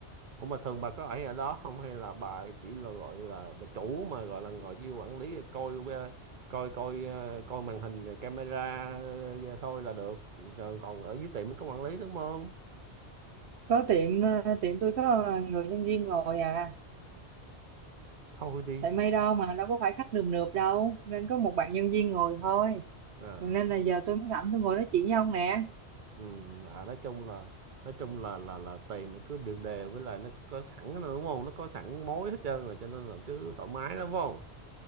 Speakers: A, on the right; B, on the right.
A: Ủa mà thường bà có ở ở đó không hay là bà chỉ là gọi là bà chủ mà gọi là ngồi chỉ quản lý coi ờ, coi coi ờ, coi màn hình rồi camera ờ, thôi là được Rồi còn ở dưới tiệm mới có quản lý đúng không
B: có tiệm ờ, tiệm tôi có ờ, người nhân viên ngồi à
A: thôi đi
B: tại may đâu mà đâu có phải khách nườm nượp đâu nên có một bạn nhân viên ngồi thôi
A: à,
B: Còn nên là giờ tôi mới rảnh tôi ngồi nói chuyện với ông nè
A: ừm, à nói chung là nói chung là là là tiền nó cứ đều đều với lại nó có sẵn rồi đúng không nó có sẵn mối hết trơn rồi cho nên là cứ thoải mái lắm phải không